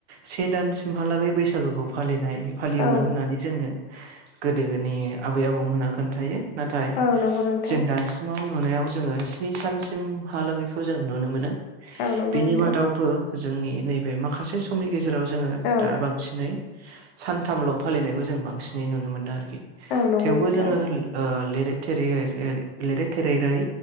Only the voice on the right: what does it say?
से दानसिमहालागै बैसागोखौ फालिनाय फालियोमोन
होननानै जोंनो गोदो गोनि आबै आबौमोनहा खोन्थायो नाथाय
जों दा सिमाव नुनायाव जों स्नि सानसिमहालागैखौ जों नुनो मोनो।
बिनि
बादावबो जोंनि नैबे माखासे सुबुंनि गेजेराव जों
दा बांसिनै सानथामलग फालिनायखौ जों बांसिनै नुनो मोन आरोखि
थेवबो
जों अ लै थेरैै लै थेरैै